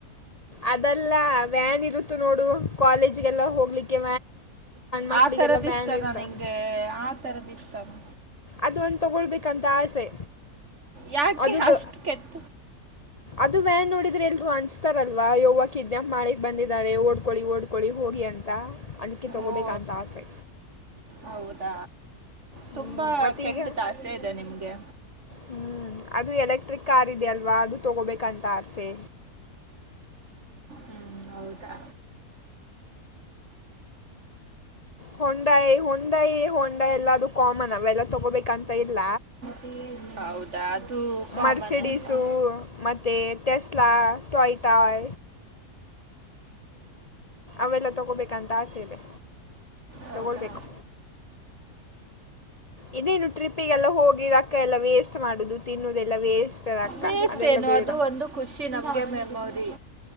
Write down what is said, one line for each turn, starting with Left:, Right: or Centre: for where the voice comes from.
Left: ಅದೆಲ್ಲ ವ್ಯಾನ್ ಇರುತ್ತ ನೋಡು ಕಾಲೇಜ್ ಶಾಲೆಗೆ ಹೋಗಲಿಕ್ಕೆ ಮಕ್ಕಳಿಗೆ
Right: ಆ ತರದ
Left: ವ್ಯಾನಿರುತ್ತಲ್ಲ
Right: ಇಷ್ಟನಾ ನಿಂಗೆ ಆ ತರದ ಇಷ್ಟನಾ
Left: ಅದು ಒಂದು ತಗೊಳ್ಬೇಕಂತ ಆಸೆ
Right: ಯಾಕೆ
Left: ಅದು
Right: ಅಷ್ಟು
Left: ಬ
Right: ಕೆಟ್ಟ
Left: ಅದು ವ್ಯಾನ್ ನೋಡಿದ್ರೆ ಎಲ್ ಹಂಚ್ತಾರಲ್ವಾ ಯೋ್ ಕಿದ್ಞಂಪ್ ಮಾಡಿಕ್ ಬಂದಿದ್ದಾರೆ ಓಡ್ಕೊಳ್ಳಿ ಓಡ್ಕೊಳ್ಳಿ ಹೋಗಿ ಅಂತ ಅದಕ್ಕೆ ತಗೋಬೇಕಂತ
Right: ಓ
Left: ಆಸೆ
Right: ಹೌದಾ
Left: ಹ್ಞೂ,
Right: ತುಂಬಾ
Left: ಮತ್ತು
Right: ಕೆಟ್ಟ್ದ
Left: ಈಗ
Right: ಆಸೆ ಇದೆ ನಿಮ್ಗೆ
Left: ಹ್ಮ್, ಅದು ಎಲೆಕ್ಟ್ರಿಕ್ ಕಾರ್ ಇದೆ ಅಲ್ವಾ ಅದು ತಗೋಬೇಕಂತ ಆಸೆ
Right: ಹ್ಮ್ ಹೌದಾ
Left: ಹೊಂಡಾಯಿ ಹೊಂಡಾಯಿ ಹೊಂಡ ಎಲ್ಲದುೂ ಕಾಮನ್ ಅವೆಲ್ಲ ತಗೋಬೇಕಂತ ಇಲ್ಲ
Right: <inaudible> ಅದು ಕಾಮನ್
Left: ಮರ್ಸಿಡೀಸು
Right: ಅಲ್ವಾ
Left: ಮತ್ತೆ ಎಸ್ಮಾ <unintelligible> ಟಯಟಾಯ ಅವೆಲ್ಲ ತಗೋಬೇಕಂತ ಆಸೇವೆ
Right: ಹೌದಾ
Left: ತಗೊಳ್ಬೇಕು ಇನ್ನೇನು ಟ್ರಿಪ್ಪಿಗೆಲ್ಲ ಹೋಗಿ ರೊಕ್ಕ ಎಲ್ಲ ವೇಸ್ಟ್ ಮಾಡುದು ತಿನ್ನುದೆಲ್ಲ ವೇಸ್ತದ ಅಕ್ಕ
Right: ವೇಸ್ಟ್
Left: ಅದೆಲ್ಲ
Right: ಏನು
Left: ಬೇಡ
Right: ಅದು ಒಂದು ಖುಷಿ ನಮಗೆ ಮೆಮೊರಿ